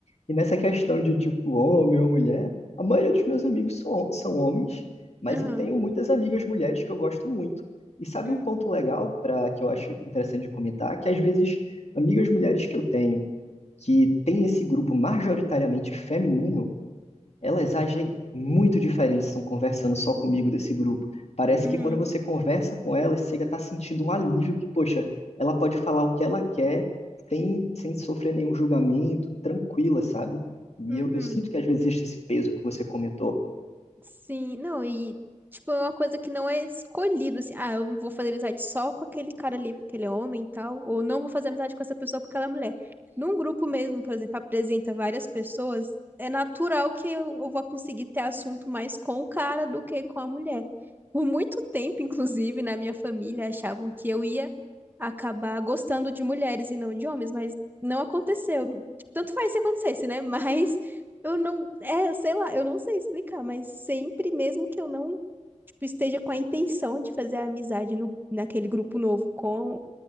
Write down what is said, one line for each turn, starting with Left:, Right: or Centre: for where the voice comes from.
Left: E nessa questão de tipo homem ou mulher, a maioria dos meus amigos são, são homens, mas
Right: Uhum.
Left: eu tenho muitas amigas mulheres que eu gosto muito. E sabe
Right: Uhum.
Left: um ponto legal para que eu acho interessante de comentar? Que às vezes amigas mulheres que eu tenho que tem esse grupo majoritariamente feminino elas agem muito diferentes, estão conversando só comigo desse grupo. Parece
Right: Uhum.
Left: que quando você conversa com elas, você já está sentindo um alívio que, poxa, ela pode falar o que ela quer sem, sem sofrer nenhum julgamento, tranquila, sabe? E
Right: Uhum.
Left: eu, eu sinto que às vezes existe esse peso que você comentou.
Right: Sim, não, e tipo, é uma coisa que não é escolhido, assim, ah, eu vou fazer amizade só com aquele cara ali porque ele é homem e tal, ou não vou fazer amizade com essa pessoa porque ela é mulher. Num grupo mesmo, por exemplo, apresenta várias pessoas, é natural que eu, eu vou conseguir ter assunto mais com o cara do que com a mulher. Por muito tempo, inclusive, na minha família, achavam que eu ia acabar gostando de mulheres e não de homens, mas não aconteceu. Tipo, Tanto faz se acontecesse, né? <laughs> Mas eu não, é, sei lá, eu não sei explicar, mas sempre, mesmo que eu não, tipo, esteja com a intenção de fazer a amizade no, naquele grupo novo com,